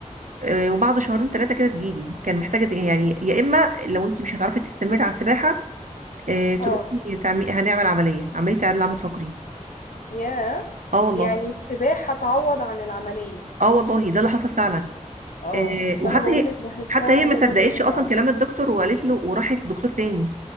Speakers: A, on the right; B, on the left.
A: آه، وبعد شهرين ثلاثة كده تجيلي كان محتاجة د- يعني يا إما لو أنت مش هتعرفي تستمري على السباحة آه، تروحي
B: اه
A: تعمي هنعمل عملية عملية عدل عمود فقري
B: يا
A: اه والله
B: يعني السباحة تعوض عن العملية
A: اه والله ده اللي حصل فعلا
B: اه
A: آه،
B: ما
A: وحتى
B: انا بقولك
A: هي
B: بحسها
A: حتى هي
B: رياضة
A: ما صدقتش
B: مهمة
A: أصلا
B: اوي
A: كلام الدكتور وقالت له وراحت للدكتور تاني